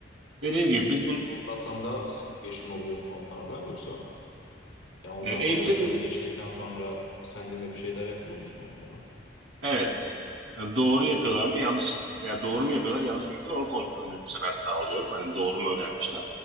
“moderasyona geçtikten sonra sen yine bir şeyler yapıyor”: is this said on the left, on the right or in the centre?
Left